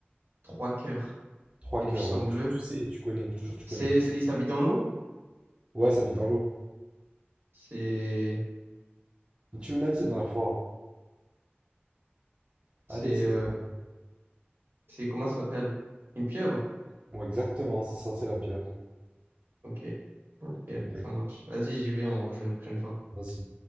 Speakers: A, on the right; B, on the right.
A: Trois cœurs
B: Trois
A: et du
B: cœurs,
A: sang
B: ouais.
A: bleu.
B: Tu, tu sais, tu connais, je te jure, tu connais.
A: C'est, c'est, il s'habille dans l'eau?
B: Ouais, ça vit dans l'eau.
A: C'est,
B: Mais tu me l'as dit la dernière fois.
A: c'est,
B: Allez, essaie
A: euh,
B: de prendre.
A: c'est, comment ça s'appelle? Une pieuvre?
B: Ouais, exactement, c'est sorti la pierre.
A: Ok. Ok,
B: Bien joué.
A: ça marche. Vas-y, j'y vais, on rejoue une prochaine fois.
B: Vas-y.